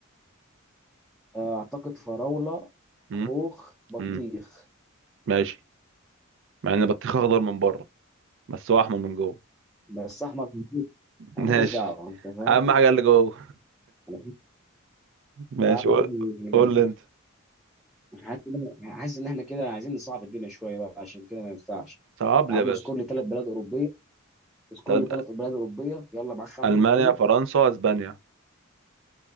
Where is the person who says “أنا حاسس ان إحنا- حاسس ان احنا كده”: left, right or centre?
Centre